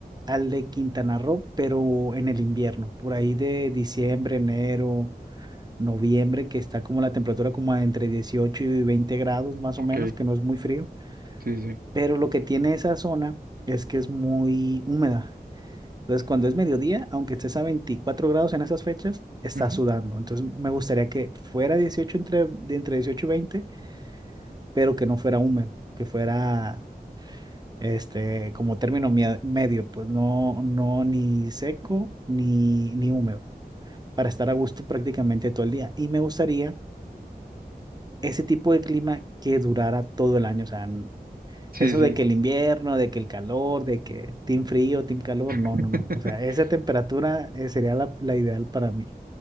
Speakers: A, on the right; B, on the right.
A: al de Quintana Roo, pero en el invierno, por ahí de diciembre, enero noviembre, que está como la temperatura como a entre 18 y 20 grados más o
B: Ok,
A: menos, que no es muy frío,
B: sí, sí.
A: pero lo que tiene esa zona es que es muy húmeda. Entonces, cuando es mediodía, aunque estés a 24 grados en esas fechas, estás
B: Ujú,
A: sudando. Entonces, me gustaría que fuera 18 entre, de entre dieciocho y veinte pero que no fuera húmedo, que fuera este como término mie- medio, pues no no ni seco ni ni húmedo, para estar a gusto prácticamente todo el día. Y me gustaría ese tipo de clima que durara todo el año. O sea,
B: Sí,
A: eso
B: sí.
A: de que el invierno, de que el calor, de que team frío, team calor, no,
B: Sí,
A: no,
B: <laughs>
A: no. O sea, esa temperatura eh, sería la, la ideal para mí.